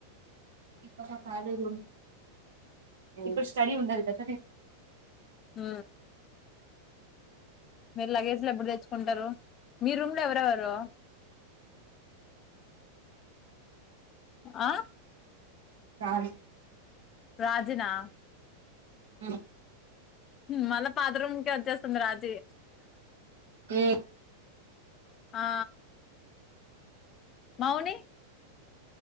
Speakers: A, on the right; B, on the left.
A: ఇప్ప కాలేదు ఇప్పుడు స్టడీ ఉండాలి కదా
B: ఆ మీరు లగేజ్ లు ఎప్పుడు తెచ్చుకుంటరు మీ రూమ్ ల ఎవరెవరు ఆ
A: <unintelligible>
B: రాజీనా
A: ఉమ్మ్
B: ఉమ్ మళ్ళా పాత రూమ్ కే వచ్చేస్తుంది రాజీ
A: మ్మ్
B: ఆ మౌని